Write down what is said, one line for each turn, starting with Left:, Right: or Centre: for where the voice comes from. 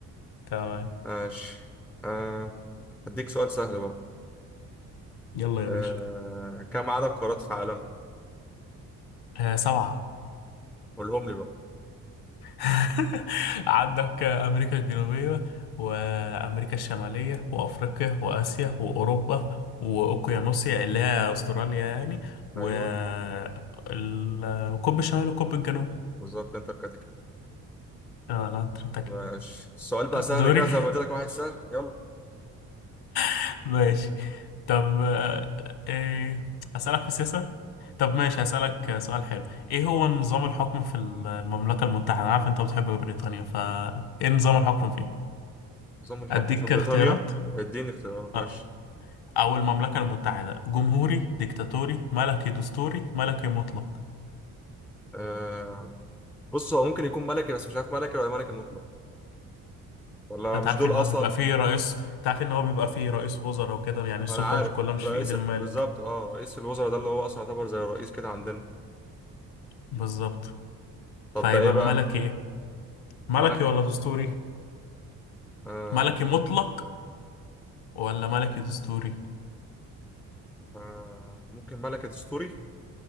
Left: تمام
Centre: ماشي آه أديك سؤال سهل بقى
Left: يلا يا
Centre: آه
Left: باشا
Centre: كم عدد قارات في العالم؟
Left: آه سبعة
Centre: قولهم لي بقى
Left: <laughs> عندك آه، أمريكا الجنوبية وأمريكا الشمالية وأفريقيا وآسيا وأوروبا وأوقيانوسيا اللي هي أستراليا يعني والقطب
Centre: أيوه
Left: الشمالي والقطب الجنوبي
Centre: بالظبط أنت الكاتيجوري
Left: آه لا أنت بتاكل.
Centre: ماشي السؤال بقى سهل
Left: دوري
Centre: كده زي ما اديتك واحد سهل يلا
Left: <laughs> ماشي طب آه، إيه أسألك في السياسة طب ماشي هسألك سؤال حلو إيه هو نظام الحكم في المملكة المتحدة أنا عارف أنت بتحب بريطانيا فإيه نظام الحكم فيه
Centre: نظام الحكم
Left: أديك
Centre: في بريطانيا
Left: اختيارات
Centre: اديني اختيارات ماشي
Left: أه. أو المملكة المتحدة جمهوري ديكتاتوري ملكي دستوري ملكي مطلق
Centre: آه بص هو ممكن يكون ملكي بس مش عارف ملكي ولا ملكي مطلق ولا
Left: أنت
Centre: مش
Left: عارف
Centre: دول
Left: إن
Centre: اصلا
Left: هو بيبقى فيه رئيس أنت عارف إن هو بيبقى فيه رئيس وزراء وكده يعني السلطة
Centre: انا عارف
Left: مش كلها مش
Centre: رئيس
Left: في إيد الملك
Centre: بالظبط اه رئيس الوزراء ده اللي هو اصلا يعتبر زي الرئيس كده عندنا
Left: بالظبط
Centre: طب
Left: فهيبقى
Centre: ده ايه بقى
Left: ملكي إيه ملكي
Centre: ملك ايه
Left: ولا دستوري
Centre: آه
Left: ملكي مطلق ولا ملكي دستوري
Centre: آه ممكن ملك دستوري